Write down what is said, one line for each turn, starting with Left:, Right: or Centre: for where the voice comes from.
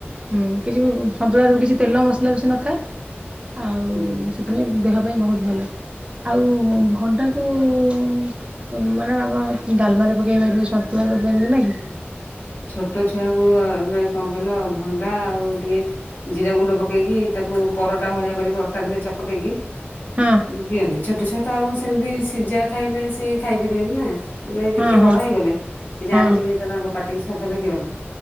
Right: ହୁଁ କିଛି ବି ସନ୍ତୁଳା ରେ କିଛି ତେଲ ମସଲା ବେଶୀ ନଥାଏ ଆଉ
Left: ହୁଁ।
Right: ସେଥିପାଇଁ ଦେହ ପାଇଁ ବହୁତ ଭଲ। ଆଉ ଭଣ୍ଡା କୁ ମ୍ୟାଡମ ଆପଣ ଡାଲମାରେ ପକେଇ ପାରିବେ ସନ୍ତୁଳା କରିପାରିବେ ନା କି?
Left: ଛୋଟ ଛୁଆଙ୍କୁ ଏବେ କଣ କହୀଲ ଭଣ୍ଡା ଆଉ ଟିକେ ଜିରା ଗୁଣ୍ଡ ପକେଇକି ତାକୁ ପରଟା ଭଳିଆ କରିକି ଅଟା ଧରେ ଚକଟେଇକି
Right: ହଁ
Left: ଦିଅନ୍ତି ଛୋଟ ଛୁଆ ତ ଆଉ ସେମିତି ସିଝା ଖାଇଲେ ସିଏ ଖାଇ ପାରିବେନି ନା। ନ ଟିକେ
Right: ହଁ
Left: ବଡ
Right: ହଁ
Left: ହେଇଗଲେ ସେ ଜାଣିଯିବେ
Right: ହଁ
Left: ତ ତାଙ୍କ ପାଟିିକି ସ୍ଵଦ୍ଧ ଲାଗିବନି